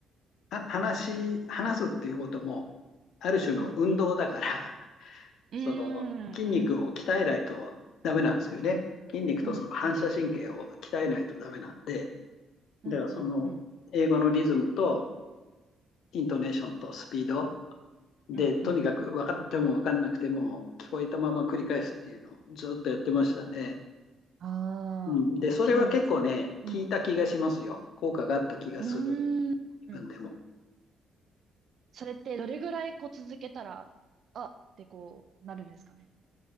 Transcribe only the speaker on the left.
あ話し、話すっていうことも、ある種の運動だから、
その筋肉を鍛えないとダメなんですよね。
筋肉とその反射神経を鍛えないとダメなんで、
だからその英語のリズムと
イントネーションとスピードで、
とにかく分かっても分かんなくても聞こえたまま繰り返すっていうのをずっとやってましたね。
うん、
で、それは結構ね、
効いた気がしますよ。効果があった気がする、
自分でも。